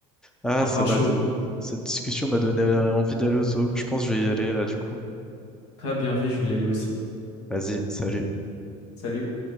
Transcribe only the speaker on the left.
Un pinchot.
Ah, bien vu, je vais y aller aussi.
Salut.